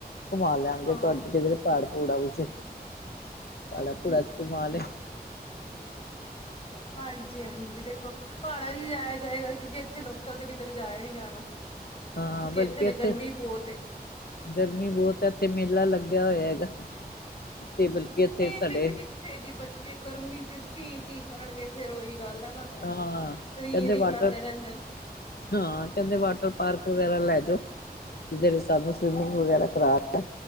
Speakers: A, on the left (about 70°); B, on the left (about 35°).
A: ਘੁੰਮਾ ਲਿਆਂਗੇ
B: ਹਾਂ
A: ਤੁਹਾਡ ਜਿਹੜੇ ਪਹਾੜ ੜਾ ਵਿੱਚ ਪਹਾੜਾਂ ਪਜੁੜਾਂ ਵਿੱਚ
B: ਹਾਂਜੀ ਹਾਂਜੀ ਦੇਖੋ ਪਹਾੜਾ ਚ ਜਾਇਆ ਜਾਏਗਾ ਕਿਉਂਕਿ ਇੱਥੇ ਲੋਕਲ ਤੇ ਕਿਧਰੇ ਜਾਇਆ ਨੀ ਜਾਣਾ।
A: ਹਾਂ
B: ਕਿਉਂਕਿ
A: ਬਲਕਿ
B: ਤੇ
A: ਇੱਥੇ
B: ਗਰਮੀ ਬਹੁਤ ਏ
A: ਗਰਮੀ ਬਹੁਤ ਹੈ ਇੱਥੇ ਮੇਲਾ ਲੱਗ। ਹੋਇਆ ਹੈਗਾ! ਤੇ ਬਲਕਿ ਇੱਥੇ
B: ਮੇਲੇ
A: ਸਾਡੇ
B: ਚ ਕਿੱਥੇ ਜੀ ਬੱਚੇ ਗਰਮੀ ਚ ਚੀਂ ਚੀ ਕਰਨਗੇ ਫੇਰ ਉਹੀ ਗੱਲ ਆ ਨਾ
A: ਹਾਂ
B: ਸਰੀਰ
A: ਕਹਿੰਦੇ
B: ਹੀ
A: ਵਾਟਰ
B: ਕਰਦੇ ਰਹਿੰਦੇ।
A: ਹਾਂ ਕਹਿੰਦੇ ਵਾਟਰ ਪਾਰਕ ਵਗੈਰਾ ਲੈ ਜਾਓ ਜਿਹ ਨੇ ਸਾਨੂੰ ਸਵਿਮਿੰਗ ਵਗੈਰਾ ਕਰਾ ਲ